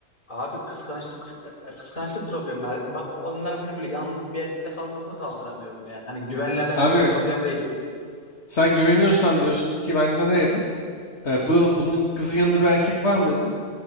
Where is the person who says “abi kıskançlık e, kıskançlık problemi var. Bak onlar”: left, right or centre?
Left